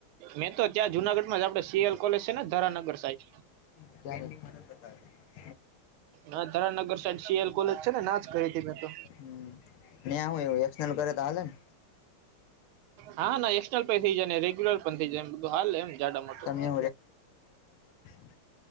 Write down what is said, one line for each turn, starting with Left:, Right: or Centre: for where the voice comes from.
Right: મેં તો ત્યાં જુનાગઢમાં જ આપડે સીએલ કોલેજ છે ને ધરાનગર સાઈબ
Left: <unintelligible> બતાવ
Right: ના ધરાનગર સાઈડ સીએલ કોલેજ છે ને ના જ કરી હતી મેં તો
Left: હમ્મ ન્યાં હય એવું એસલ કરે તો હાલે ને
Right: હા ના એક્સલ પણ થઇ જાય ને રેગ્યુલર પણ થઇ જાય બધું હાલ એમ જાડા મોટું
Left: તમે <unintelligible>